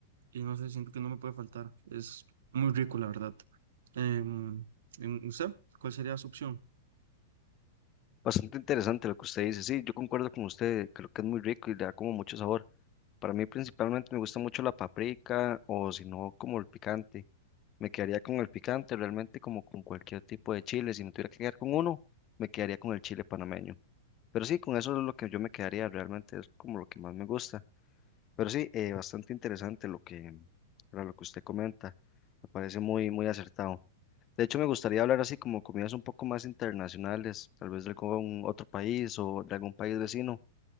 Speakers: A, on the right (about 75°); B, on the left (about 30°).
A: y no sé, siento que no me puede faltar. Es muy rico, la verdad. Em, em, ¿usted cuál sería su opción?
B: Bastante interesante lo que usted dice. Sí, yo concuerdo con usted, creo que es muy rico y le da como mucho sabor. Para mí principalmente me gusta mucho la paprika o si no como el picante. Me quedaría con el picante, realmente como con cualquier tipo de chile. Si me tuviera que quedar con uno, me quedaría con el chile panameño. Pero sí, con eso es lo que yo me quedaría, realmente es como lo que más me gusta. Pero sí, eh, bastante interesante lo que, para lo que usted comenta. Me parece muy, muy acertado. De hecho, me gustaría hablar así como comidas un poco más internacionales, tal vez de algún otro país o de algún país vecino.